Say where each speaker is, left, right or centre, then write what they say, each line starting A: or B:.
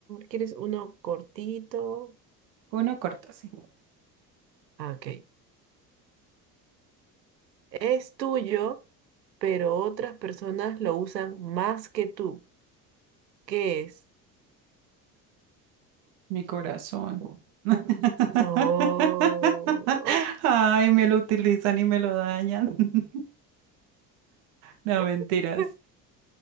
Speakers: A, on the right; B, on the right.
A: ¿Quieres uno cortito?
B: Uno corto, sí.
A: Ah, Ok. Es tuyo, pero otras personas lo usan más que tú. ¿Qué es?
B: Mi corazón. <laughs>
A: No.
B: Ay, me lo utilizan y me lo dañan. <laughs> No, mentiras.
A: <laughs>